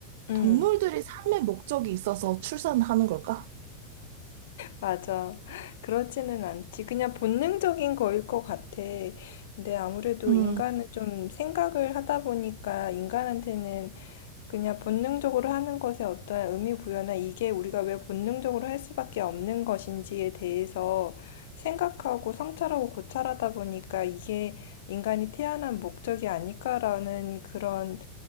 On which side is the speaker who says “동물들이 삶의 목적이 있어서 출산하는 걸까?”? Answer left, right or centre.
Right